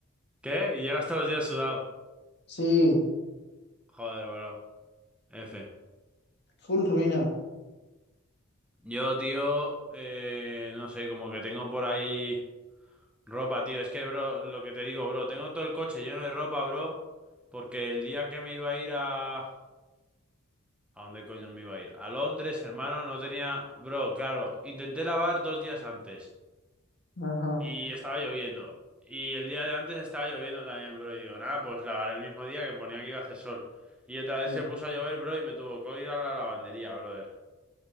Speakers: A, in the centre; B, on the left (about 55°).
A: ¿Qué? ¿Y llegas todos los días sudado?
B: Sí,
A: Joder, bro. F.
B: full ruina.
A: Yo, tío, eh, no sé, como que tengo por ahí ropa, tío. Es que, bro, lo que te digo, bro, tengo todo el coche lleno de ropa, bro, porque el día que me iba a ir a... ¿A dónde coño me iba a ir? A Londres, hermano, no tenía... Bro, claro, intenté lavar dos días antes.
B: Ajá,
A: Y estaba lloviendo. Y el día de antes estaba lloviendo también, bro. Y digo, nada, pues lavaré el mismo día que ponía que iba a hacer sol. Y otra vez
B: sí.
A: se puso a llover, bro, y me tuvo que ir a la lavandería, brother.